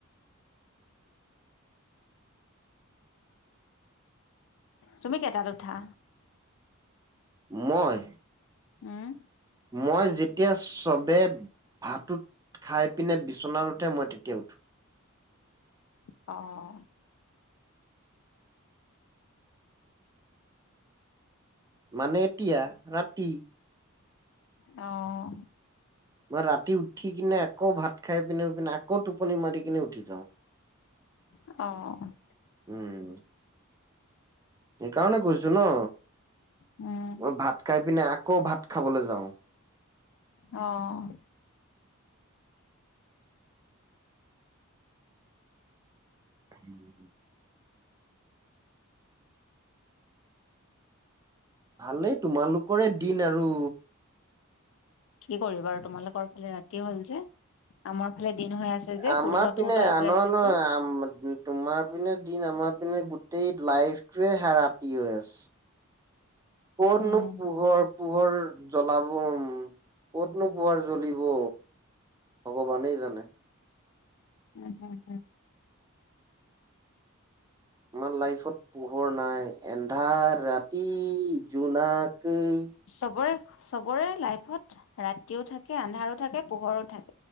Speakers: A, on the left; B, on the right.
A: তুমি কেইটাত উঠা?
B: মই?
A: ও'ম।
B: মই যেতিয়া চবে- ভাতটো খাই পিনে বিচন উঠে মই তেতিয়া উঠো।
A: অঁ।
B: মানে এতিয়া, ৰাতি।
A: অ'।
B: মই ৰাতি উঠি কিনে আকৌ ভাত খাই পিনে আকৌ টোপনি মাৰি কিনে উঠি যাওঁ। <unintelligible>
A: অ'।
B: উম। এই কাৰনে কৈছো ন।
A: উম।
B: মই ভাত খাই পিনে আকৌ ভাত খাবলৈ যাওঁ।
A: অ'।
B: <unintelligible> ভালেই তোমালোকৰে দিন আৰু।
A: কি কৰিবা আৰু তোমালোকৰ ফালে ৰাতি হ'ল যে, আমাৰ ফালে দিন হৈ আছে। যে,
B: আমাৰপিনে
A: সূৰ্যটো উদয়
B: আন
A: হৈ আছে
B: আ ন
A: যে,
B: আম- তোমাৰ পিনে দিন আমাৰ পিনে গোটেই লাইফটোৱে হে ৰাতি হৈ আছে। ক'ত
A: উম।
B: নো পোহৰ- পোহৰ জ্বলাব ক'তনো পোহৰ জ্বলিব? ভগৱানে জানে।
A: হয় হয় হয়।
B: আমাৰ লাইফত পোহৰ নাই এন্ধাৰ ৰাতি জোনাকেই।
A: চবৰে চবৰে লাইফত ৰাতিও থাকে, আন্ধাৰো থাকে, পোহৰো থাকে।